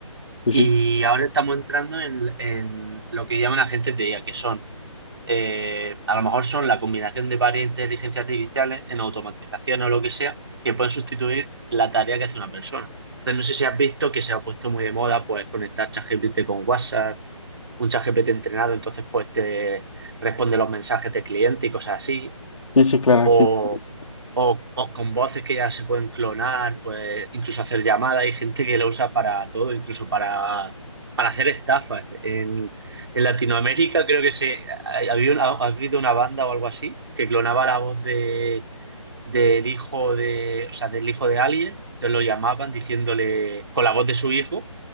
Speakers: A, on the left (about 70°); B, on the right (about 50°).
A: Sí, sí.
B: y ahora estamos entrando en, en lo que llaman agentes de IA, que son, eh, a lo mejor son la combinación de varias inteligencias artificiales en automatización o lo que sea, que pueden sustituir la tarea que hace una persona. Entonces, no sé si has visto que se ha puesto muy de moda, pues, conectar ChatGPT con WhatsApp, un ChatGPT entrenado, entonces, pues, te responde los mensajes de cliente y cosas así
A: Sí, sí, claro,
B: o,
A: sí. Sí,
B: o co- con voces que ya se pueden clonar, pues incluso hacer llamadas. Hay gente que lo usa para todo, incluso para, para hacer estafas. En, en Latinoamérica creo que se ha- había una- ha habido una banda o algo así que clonaba la voz de, del hijo de, o sea, del hijo de alguien, entonces lo llamaban diciéndole, con la voz de su hijo,